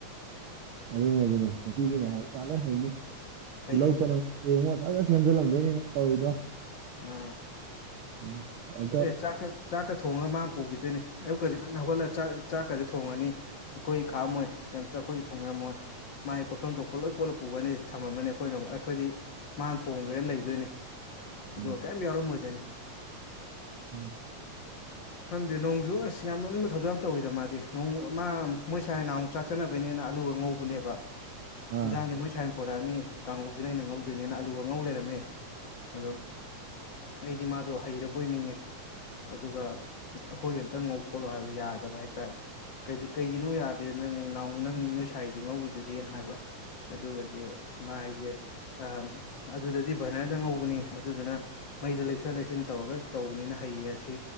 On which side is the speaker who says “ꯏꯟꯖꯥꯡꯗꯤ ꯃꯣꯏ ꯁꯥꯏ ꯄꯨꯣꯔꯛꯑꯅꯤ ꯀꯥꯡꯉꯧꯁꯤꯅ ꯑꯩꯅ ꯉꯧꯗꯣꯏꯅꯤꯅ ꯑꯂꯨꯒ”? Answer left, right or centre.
Left